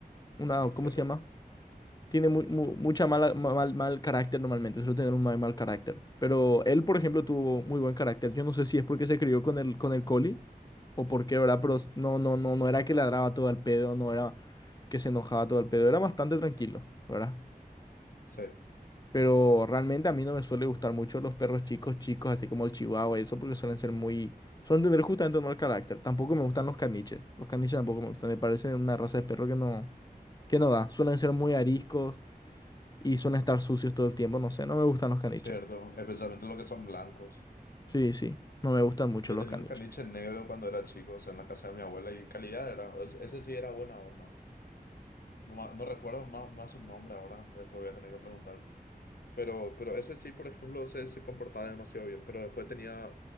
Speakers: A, on the left; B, on the left.
A: Una,
B: Son argelas.
A: ¿cómo se llama? tiene mu- mu- mucha mala, ma- mal, mal carácter normalmente, suele tener un mal, mal carácter. Pero él, por ejemplo, tuvo muy buen carácter. Yo no sé si es porque se crió con el, con el Collie o por qué, ¿verdad? Pero s- no, no, no, no era que ladraba todo al pedo, no era que se enojaba todo al pedo, era bastante tranquilo, ¿verdad?
B: Sí,
A: Pero realmente a mí no me suele gustar mucho los perros chicos, chicos, así como el chihuahua y eso, porque suelen ser muy... Suelen tener justamente un mal carácter. Tampoco me gustan los caniches. Los caniches tampoco me gustan. Me parecen una raza de perro que no, que no da. Suelen ser muy ariscos y suelen estar sucios todo el tiempo. No sé, no me gustan los caniches.
B: cierto, especialmente los que son blancos.
A: Sí, sí, no me gustan mucho
B: Yo
A: los
B: tenía
A: caniches.
B: un caniche negro cuando era chico, o sea, en la casa de mi abuela y calidad era, es- ese sí era buena onda. No, ma- no recuerdo más, más su nombre ahora, después voy a tener que preguntar. Pero, pero ese sí, por ejemplo, se, se comportaba demasiado bien, pero después tenía